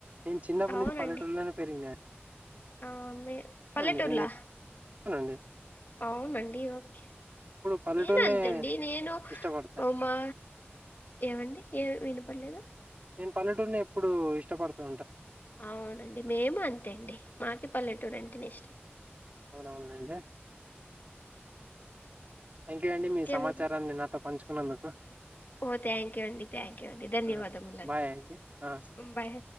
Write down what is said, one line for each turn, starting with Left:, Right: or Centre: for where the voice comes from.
Right: నేను చిన్నప్పటి
Left: అవునండి
Right: నుంచి పల్లెటూరులోనే పెరిగినా అండి
Left: ఆ మీ పల్లెటూర్లా
Right: ఆ నేనిక్ అవునండి
Left: అవునండి ఓకే
Right: పల్లెటూరునే
Left: నేన్ అంతే అండి నేను
Right: ఇష్టపడతా
Left: బొమ్మ ఏవండీ ఏ విని పర్లేదా
Right: నేను పల్లటూరినే ఎప్పుడూ ఇష్టపడుతా
Left: అవునండి మేము అంతే అండి మాకి పల్లెటూరు అంటే నే ఇష్టం.
Right: అవునవునులేండి థ్యాంక్ యూ
Left: మరి
Right: అండి
Left: ఇంకేమండి
Right: మీ సమాచారాన్ని నాతో పంచుకున్నందుకు
Left: ఓ థ్యాంక్ యూ అండి థ్యాంక్ యూ అండి ధన్యవాదములండి
Right: అహ బాయ్ అండి ఆ సరే
Left: బాయ్